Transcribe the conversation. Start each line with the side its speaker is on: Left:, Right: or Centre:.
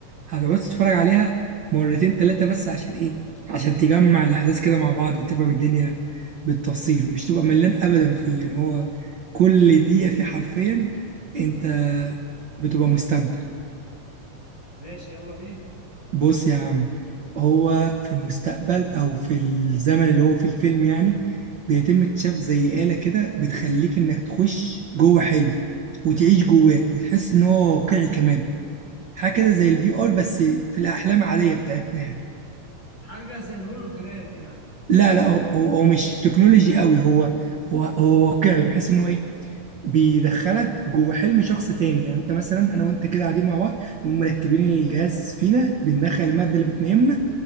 Right: هتقعد تتفرج عليها مرتين تلاتة بس عشان ايه عشان تجمع الأحداث كده مع بعض وتفهم الدنيا بالتفصيل ومش تبقى ملان أبدا فيه يعني هو كل دقيقة فيه حرفيا أنت بتبقى مستمتع
Left: ماشي يلا بينا
Right: بص يا عم هو في المستقبل أو في الزمن اللي هو فيه الفيلم يعني بيتم اكتشاف زي آلة كده بتخليك إنك تخش جوه حلم وتعيش جواه وتحس إن هو واقعي كمان حاجة كده زي الفي آر بس في الأحلام العادية بتاعتنا يعني
Left: حاجة زي الهولوجرام يعني
Right: لا
Left: مثلا
Right: لا هو هو هو مش تكنولوجي قوي هو هو هو واقعي بحيث ان هو ايه بيدخلك جوه حلم شخص تاني يعني انت مثلا انا وانت كده قاعدين مع بعض نقوم مركبين الجهاز فينا بندخل الماده اللي بتنيمنا